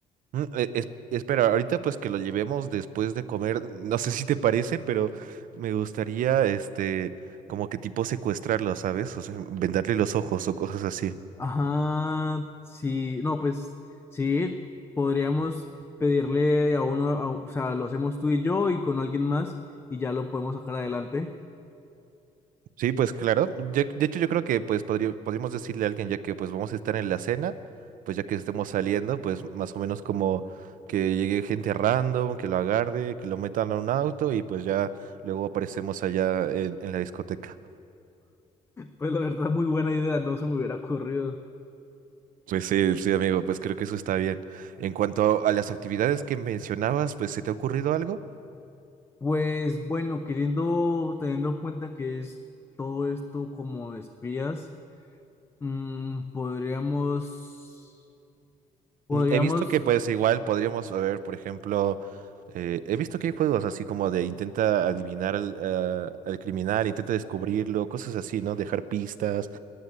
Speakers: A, on the right; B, on the left.
A: Mm, e- es- espera, ahorita pues que lo llevemos después de comer, no sé si te parece, pero me gustaría, este, como que tipo secuestrarlo, ¿sabes? O sea, vendarle los ojos o cosas así.
B: Ajá, sí, no, pues sí, podríamos pedirle a uno, a- o sea, lo hacemos tú y yo y con alguien más y ya lo podemos sacar adelante.
A: Sí, pues claro. Yo- de hecho, yo creo que pues podría- podríamos decirle a alguien, ya que pues vamos a estar en la cena, pues ya que estemos saliendo, pues más o menos como que llegue gente random, que lo agarre, que lo metan a un auto y pues ya luego aparecemos allá en, en la discoteca.
B: Pues la verdad, muy buena idea, no se me hubiera ocurrido.
A: Pues sí, sí, amigo, pues creo que eso está bien. En cuanto a las actividades que mencionabas, pues ¿se te ha ocurrido algo?
B: Pues bueno, queriendo, teniendo en cuenta que es todo esto como de espías, mm, podríamos, podríamos
A: Mm, He visto que pues igual podríamos ver, por ejemplo, eh, he visto que hay juegos así como de intenta adivinar al, ah, al criminal, intenta descubrirlo, cosas así, ¿no? Dejar pistas,